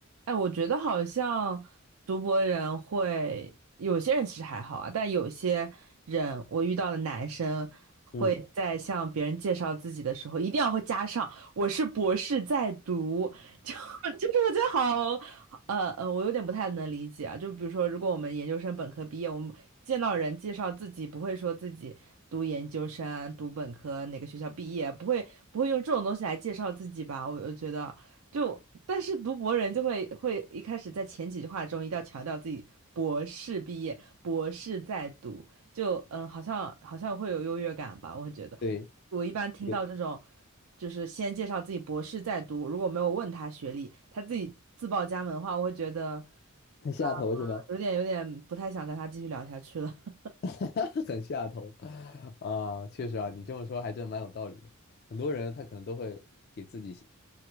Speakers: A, on the right; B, on the left.
A: 哎，我觉得好像读博人会，有些人其实还好啊，但有些人我遇到的男生会在向别人介绍自己的时候，
B: 嗯，
A: 一定要会加上“我是博士在读”，就 <laughs> 就是我觉得好，呃呃，我有点不太能理解啊。就比如说，如果我们研究生本科毕业，我们见到人介绍自己，不会说自己读研究生、读本科哪个学校毕业，不会不会用这种东西来介绍自己吧？我我觉得就，但是读博人就会会一开始在前几句话中一定要强调自己博士毕业、博士在读，就嗯、呃好像好像会有优越感吧？我觉得。
B: 对，
A: 我一般听到这种，
B: 有
A: 就是先介绍自己博士在读，如果没有问他学历，他自己自报家门的话，我会觉得
B: 很下头是吧？
A: 呃，有点有点不太想跟他继续聊下去了。
B: <laughs> 很下头啊，确实啊，你这么说还真蛮有道理的。很多人他可能都会给自己，